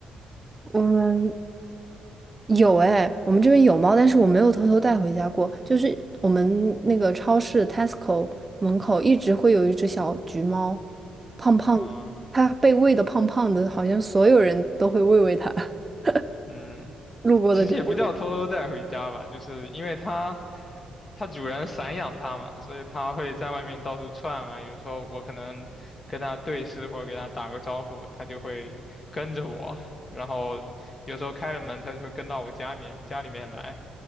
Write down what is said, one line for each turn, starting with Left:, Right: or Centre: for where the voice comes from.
Right: 我们有哎，我们这边有猫，但是我没有偷偷带回家过。就是我们那个超市 Tesco 门口一直会有一只小橘猫，胖胖的，
Left: 啊。<laughs>
Right: 它被喂的胖胖的，好像所有人都会喂喂它，<laughs>
Left: 嗯，
Right: 路过的就喂。
Left: 其实也不叫偷偷带回家吧，就是因为它它主人散养它嘛，所以它会在外面到处窜啊。有时候我可能跟它对视或者给它打个招呼，它就会跟着我。然后有时候开了门，它就会跟到我家面家里面来。